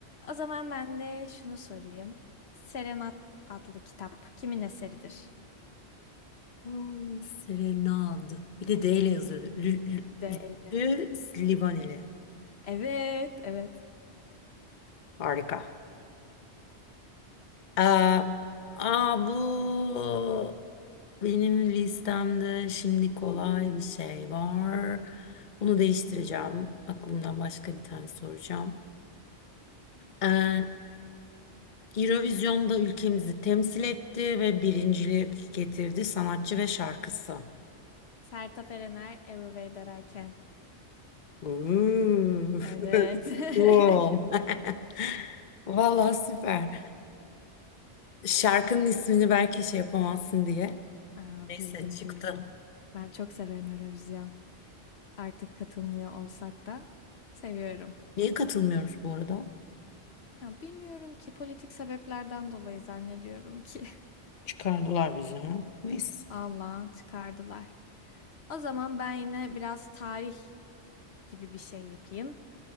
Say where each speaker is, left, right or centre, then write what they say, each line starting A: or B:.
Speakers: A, on the left; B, on the left.
A: O zaman ben de şunu sorayım. Serenat adlı kitap kimin eseridir?
B: Hmm, Serenad. Bir de D ile yazıyordu. Lü, lü,
A: Değil.
B: lü, Livaneli.
A: Evet, evet.
B: Harika. Aa, aa, bu benim listemde şimdi kolay bir şey var. Bunu değiştireceğim. Aklımdan başka bir tane soracağım. Ee,
A: Bekliyorum.
B: Eurovision'da ülkemizi temsil etti ve birincilik getirdi sanatçı ve şarkısı.
A: Sertab Erener, Every Way That I Can.
B: Uuu. <laughs>
A: Evet.
B: Cool.
A: <laughs>
B: <laughs> Vallahi süper. Şarkının ismini belki şey yapamazsın diye.
A: Aa,
B: Neyse
A: bildim
B: çıktı.
A: bildim. Ben çok severim Eurovision. artık katılmıyor olsak da seviyorum.
B: Niye katılmıyoruz bu arada?
A: Ya bilmiyorum ki politik sebeplerden dolayı zannediyorum ki.
B: Çıkardılar bizi ha. Neyse.
A: <laughs> Vallahi çıkardılar. O zaman ben yine biraz tarih gibi bir şey yapayım.